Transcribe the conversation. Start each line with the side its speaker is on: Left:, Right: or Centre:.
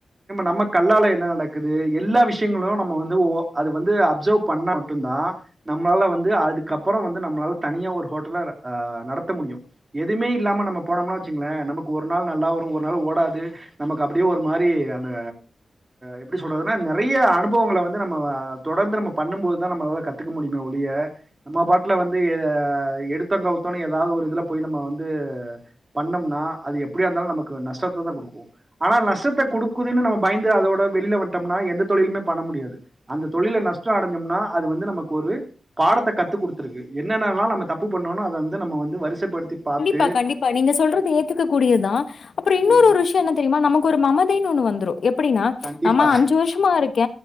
Right: நம்ம கல்லால என்ன நடக்குது எல்லா விஷயங்களு நம்ம வந்து ஒ அது வந்து அப்சர்வ் பண்ணா மட்டுந்தா நம்மளால வந்து அதுக்கப்றோ வந்து நம்மளால தனியா ஒரு ஹோட்டல அஹ் நடத்த முடியு எதுமே இல்லாம நம்ம போனோம்னா வெச்சுக்கங்ளே நமக்கு ஒரு நாள் நல்லா வரூ ஒரு நாள் ஓடாது நமக்கு அப்டியே ஒரு மாறி அந்த எப்டி சொல்றதுனா நெறய அனுபவங்கள வந்து நம்ம தொடர்ந்து நம்ம பண்ணும்போதுதா நம்மளால கத்துக்க முடியுமே ஒலிய நம்ம பாட்ல வந்து எடுத்தோ கவுத்தோனு எதாவது ஒரு இதுல போய் நம்ம வந் து பண்ணம்னா அது எப்டியாயிருந்தாளு நமக்கு நஷ்டததா குடுக்கூ ஆனா நஷ்டத்த குடுக்குதுனு நம்ம பயந்து அதோட வெளில வண்டோம்னா எந்த தொழிலுமே பண்ண முடியாது அந்த தொழில்ல நஷ்டோ அடஞ்சோம்னா அது வந்து நமக்கு ஒரு பாடத்த கத்து குடுத்துருது என்னன்னலா நம்ம தப்பு பண்ணோனு அது வந்து வரிச ச படுத்தி பாத்
Left: பா கண்டிப்பா நீங்க சொல்றது ஏத்துக்க கூடியதா அப்றோ இன்னொரு
Right: ம்
Left: விஷயொ என்ன தெரியுமா நமக்கு ஒரு மமதைனு ஒன்னு வந்ரூ எப்டினா ப்ச்
Right: கண்டிப்பா
Left: நம்ம அஞ்சு வருஷமா இருக்க